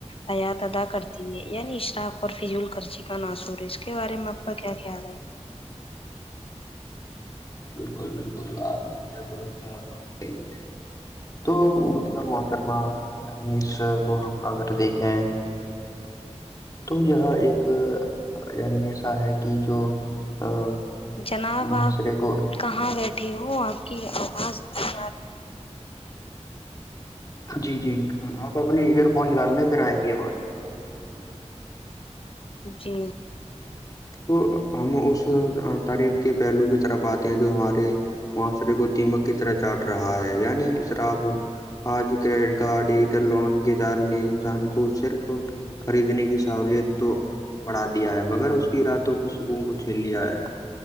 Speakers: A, on the left (about 50°); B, on the left (about 30°).
A: حیات ادا کرتی ہے یعنی اشراف اور فضول خرچی کا ناسور ہے اس کے بارے میں آپ کا کیا خیال ہے
B: بالکل بالکل آپ نہیں کیا بھروسہ بات کہی ہے تو مطلب مٹر یعنی اس کو ہم اگر دیکھیں تو یہ ایک یعنی ایسا ہے کہ جو ا
A: جناب
B: معاشرے
A: آپ
B: کو
A: کہاں بیٹھی ہوں آپ کی آواز اتنی
B: جی جی آپ اپنے ایئر فون نکال لیں پھر آئیے بعات
A: جی
B: تو ہم اس تریف کے پہلو کی طرف آتے ہیں جو ہمارے معاشرے کو دیمک کی طرح چاٹ رہا ہے یعنی اسراب آج کریڈٹ کارڈٹر لون جال نے انسان کو صرف خریدنے کی سہولت تو بڑا دیا ہے مگر اس راتوں کے سکھوں کو چھیل لیا ہے